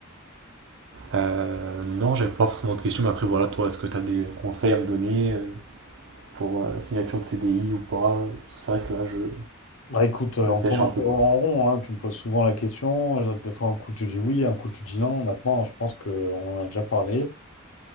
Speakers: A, on the right; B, on the left.
A: Euh, non, j'avais pas forcément de questions, mais après, voilà, toi, est-ce que t'as des conseils à me donner euh, pour euh, la signature de CDI ou pas? Parce que c'est vrai que là, je,
B: Bah écoute, euh,
A: je
B: on
A: sèche
B: tourne un
A: un peu,
B: peu
A: quoi.
B: en rond, hein. Tu me poses souvent la question. Euh, Des fois, un coup, tu dis oui, un coup, tu dis non. Maintenant, je pense qu'on en a déjà parlé.